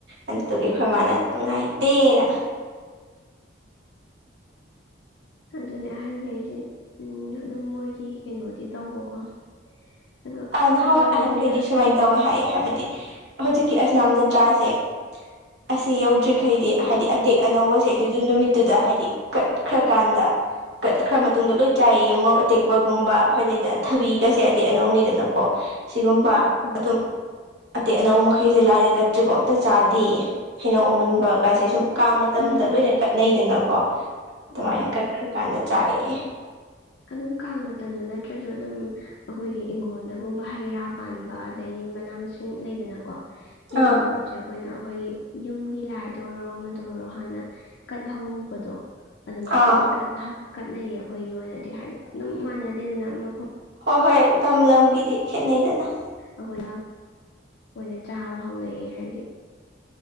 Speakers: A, on the right; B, on the left.
A: ꯑꯗꯨꯗꯨꯒꯤ ꯑꯩꯈꯣꯏ ꯃꯥꯅ ꯅꯨꯡꯉꯥꯏꯇꯦꯅ
B: ꯑꯗꯨꯅꯦ ꯑꯍꯟꯒꯤ ꯑꯩꯁꯦ ꯑꯗꯨꯝ ꯃꯣꯏꯒꯤ ꯀꯩꯅꯣꯗꯤ ꯇꯧꯕꯀꯣ ꯑꯗꯣ
A: ꯑꯍ ꯅꯍꯥꯟꯋꯥꯢ
B: ꯑꯩꯈꯣꯏꯈꯩꯁꯤꯅ
A: ꯑꯍꯟ ꯀꯩꯗꯤ ꯁꯨꯃꯥꯏ ꯇꯧꯋꯦ ꯍꯥꯏꯌꯦ ꯍꯥꯏꯕꯗꯤ ꯍꯧꯖꯤꯛꯀꯤ ꯑꯁꯅꯥꯝ ꯖꯇ꯭ꯔꯥꯁꯦ ꯑꯁꯤ ꯌꯧꯗ꯭ꯔꯤꯈꯩꯗꯤ ꯍꯥꯏꯗꯤ
B: ꯎꯝ
A: ꯑꯇꯦꯛ ꯑꯅꯧꯕꯁꯦ ꯑꯗꯨꯏꯗꯨ ꯅꯨꯃꯤꯠꯇꯨꯗ ꯍꯥꯏꯗꯤ ꯀꯠꯈ꯭ꯔꯀꯥꯟꯗ ꯀꯠꯈ꯭ꯔ ꯃꯇꯨꯡꯗ ꯂꯣꯏ ꯆꯥꯏꯑꯌꯦ ꯃꯣꯔꯣꯛ ꯑꯇꯦꯛꯄꯒꯨꯝꯕ ꯑꯩꯈꯣꯏꯗꯩꯗꯅ ꯊꯕꯤꯒꯁꯦ ꯑꯇꯦꯛ ꯑꯅꯧꯅꯤꯗꯅ ꯀꯣ ꯁꯤꯒꯨꯝꯕ
B: ꯍꯣꯏ
A: ꯑꯗꯨꯝ ꯑꯇꯦꯛ ꯑꯅꯧ ꯃꯈꯩꯁꯦ ꯂꯥꯏꯗ ꯀꯠꯇ꯭ꯔꯤꯕꯣ ꯑꯝꯇ ꯆꯥꯗꯦꯌꯦ ꯍꯩꯅꯧ ꯑꯃꯨꯟꯕ ꯀꯥꯏꯁꯦ ꯁꯨꯝ ꯀꯥꯡ ꯃꯇꯝꯗ
B: ꯎꯝ
A: ꯂꯣꯏꯅ
B: ꯎꯝ
A: ꯀꯠꯅꯩꯗꯅꯀꯣ ꯑꯗꯨꯃꯥꯏꯅ
B: ꯍꯣꯏ
A: ꯀꯠꯈ꯭ꯔ ꯀꯥꯟꯗ ꯆꯥꯏꯌꯦꯌꯦ
B: ꯑꯗꯨꯝ ꯀꯥꯡ ꯃꯇꯝꯗ ꯅꯠꯇ꯭ꯔꯖꯨ ꯑꯗꯨꯝ ꯑꯈꯣꯏꯒꯤ ꯏꯪꯒꯣꯟꯗꯒꯨꯝꯕ ꯍꯩ ꯔꯥ ꯄꯥꯟꯕ ꯑꯗꯩꯗꯤ ꯃꯅꯥ ꯃꯁꯤꯡ ꯂꯩꯗꯅꯀꯣ ꯁꯤꯒꯨꯝꯕ
A: ꯑꯥ
B: ꯄꯣꯠꯁꯦ ꯈꯣꯏꯅ ꯑꯍꯣꯏꯒꯤ ꯌꯨꯝꯒꯤ ꯂꯥꯏꯗ ꯑꯣꯏꯔꯣ ꯑꯃꯗ ꯑꯣꯏꯔꯣ ꯍꯥꯟꯅ ꯀꯠꯍꯧꯕꯗꯣ ꯑꯗꯨꯃꯥꯏꯅꯗꯤ
A: ꯑꯥ
B: ꯀꯠꯍꯥ ꯀꯠꯅꯩꯌꯦ ꯑꯈꯣꯏꯒꯤ ꯑꯣꯏꯅꯗꯤ ꯍꯥꯏꯗꯤ ꯑꯗꯨꯝ ꯃꯥꯟꯅꯗꯦꯗꯅ ꯃꯐꯝ
A: ꯍꯣ ꯍꯣꯏ ꯂꯝ ꯂꯝꯒꯤꯗꯤ ꯈꯦꯠꯅꯩꯗꯅ
B: ꯑꯈꯣꯏꯒ ꯑꯣꯏꯅ ꯆꯥꯕ ꯍꯧꯅꯩꯌꯦ ꯍꯥꯏꯗꯤ